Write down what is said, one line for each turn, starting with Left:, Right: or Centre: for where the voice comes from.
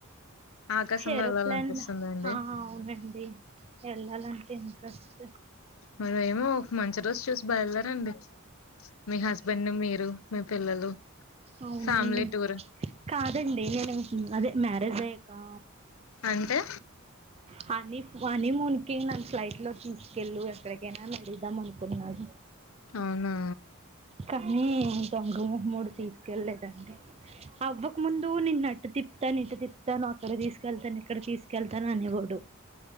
Left: ఆకాశంలో
Right: ఏరోప్లాన్
Left: వెళ్ళాలనిపిస్తుందండి
Right: లో అవునండి వెళ్ళాలంటే ఇంట్రెస్ట్
Left: మర ఏమో ఒక మంచి రోజు చూసి బయలుదరండి మీ హస్బెండ్ మీరు మీ పిల్లలు
Right: అవునండి
Left: ఫ్యామిలీ టూర్
Right: కాదండి నేను అదే మ్యారేజ్ అయ్యాకా
Left: అంటే
Right: హనీ హనీమున్ కి నన్ను ఫ్లైట్ లో తీసుకెళ్ళు ఎక్కడికైనా అడిగుదాం అను కున్నాను
Left: అవునా
Right: కానీ దొంగ ముమ్ముూడు తీసుకెళ్లలేదండి అవ్వక ముందు నేన్న అటు తిప్తాను ఇటు తిప్తాను అక్కడ తీసుకెళ్తాను ఇక్కడ తీసుకెళ్తా తను అనేవాడు